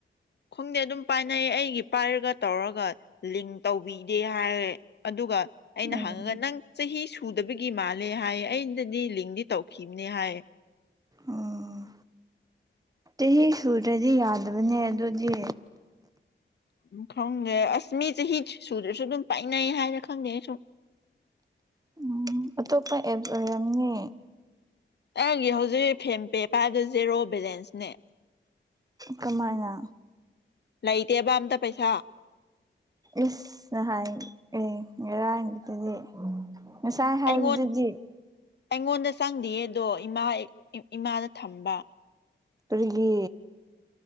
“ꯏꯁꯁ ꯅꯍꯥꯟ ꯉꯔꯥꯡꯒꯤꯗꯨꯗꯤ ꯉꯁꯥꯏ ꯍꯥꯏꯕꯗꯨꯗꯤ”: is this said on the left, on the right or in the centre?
Right